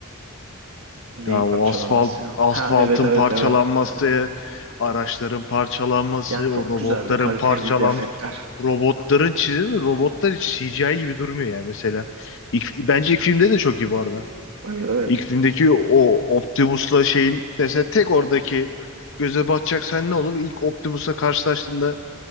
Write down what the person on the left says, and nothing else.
Ya
o asfalt
asfaltın
parçalanması,
araçların parçalanması,
o robotların
parçalanması.
Robotların çizimi, robotlar hiç CGI gibi durmuyor yani mesela. İlk, bence ilk filmde de çok iyi bu arada.
İlk filmdeki o Optimus'la şeyin mesela tek oradaki göze batacak sen ne olur? İlk Optimus'la karşılaştığında